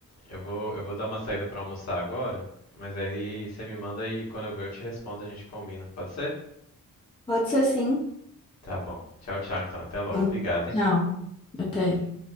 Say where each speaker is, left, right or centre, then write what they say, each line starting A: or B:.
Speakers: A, on the left; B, on the left.
A: Eu vou, eu vou dar uma saída pra almoçar agora, mas aí você me manda e quando eu ver eu te respondo, a gente combina, pode ser?
B: Pode ser sim.
A: Tá bom. Tchau, tchau, então até logo.
B: Então,
A: Obrigado, hein?
B: tchau. Até.